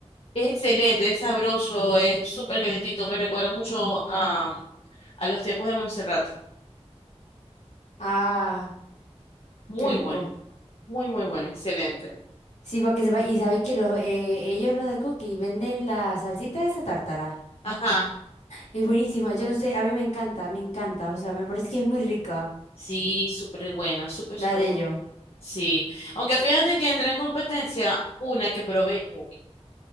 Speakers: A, on the left; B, on the left.
A: Es excelente, es sabroso, es súper calentito. Me recuerda mucho a, a los tiempos de Montserrat.
B: Ah,
A: Muy
B: qué rico.
A: bueno, muy, muy bueno, excelente.
B: Sí, porque se va Y sabéis que los, eh, ellos, los de Cookie, venden la salsita de esa tártara.
A: Ajá,
B: Es buenísima. Yo no sé, a mí me encanta, me encanta. O sea, me parece que es muy rica
A: sí, súper buena, súper,
B: la
A: súper
B: de
A: buena.
B: ellos,
A: Sí, aunque fíjate que entró en competencia una que probé hoy.